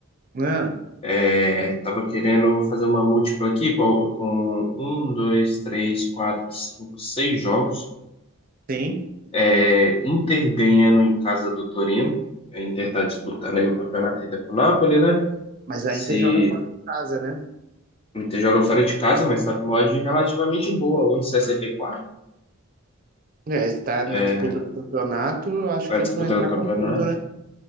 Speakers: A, on the right (about 40°); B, on the left (about 25°).
A: Ah,
B: É, tava querendo fazer uma múltipla aqui com, com um, dois, três, quatro, cinco, seis jogos.
A: sim,
B: É, Inter ganhando em casa do Torino. A Inter está disputando aí o campeonato ainda com o Napoli, né?
A: mas
B: Se
A: a Inter joga fora de casa, né?
B: o Inter joga fora de casa, mas está com uma odd relativamente boa, um 1,64.
A: É, está na
B: É,
A: disputa do campeonato, acho
B: vai
A: que
B: disputando
A: eles vão entrar
B: o campeonato,
A: com tudo, né?